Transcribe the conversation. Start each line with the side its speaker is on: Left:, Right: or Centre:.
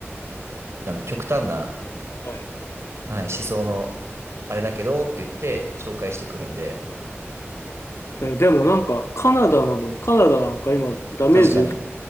Right: なんだ、極端な、
Left: はい
Right: はい、思想の、あれだけどって言って紹介してくるんで、
Left: えーでもなんか、カナダなのに、カナダなんか今、ダメージ受け、
Right: 確かに。